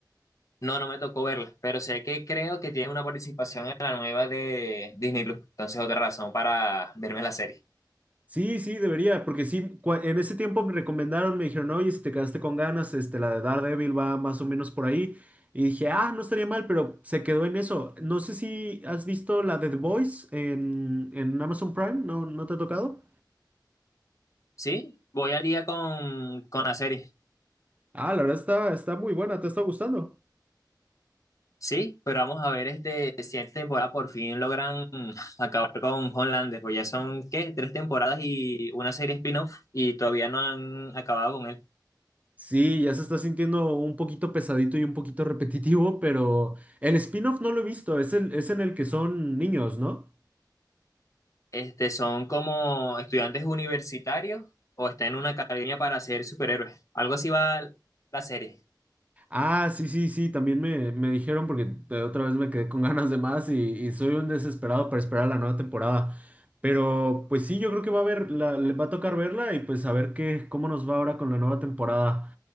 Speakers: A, on the left; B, on the right.
A: No, no me tocó verla, pero sé que creo que tiene una participación en la nueva de Disney Plus. Entonces, otra razón para verme la serie.
B: Sí, sí, debería, porque sí, cua- en ese tiempo me recomendaron, me dijeron, oye, si te quedaste con ganas, este, la de Daredevil va más o menos por ahí. Y dije, ah, no estaría mal, pero se quedó en eso. No sé si has visto la de The Boys en, en Amazon Prime, ¿no, no te ha tocado?
A: Sí, voy al día con, con la serie.
B: Ah, la verdad está, está muy buena, ¿te está gustando?
A: Sí, pero vamos a ver este, si esta temporada por fin logran <laughs> mm, acabar con Homelander, pues ya son, ¿qué? Tres temporadas y una serie spin-off y todavía no han acabado con él.
B: Sí, ya se está sintiendo un poquito pesadito y un poquito repetitivo, pero el spin-off no lo he visto, es, el, es en el que son niños, ¿no?
A: Este, son como estudiantes universitarios o están en una academia para ser superhéroes. Algo así va la serie.
B: Ah, sí, sí, sí, también me, me dijeron porque de otra vez me quedé con <laughs> ganas de más y, y soy un desesperado para esperar la nueva temporada. Pero pues sí, yo creo que va a haber, la- le va a tocar verla y pues a ver qué, cómo nos va ahora con la nueva temporada.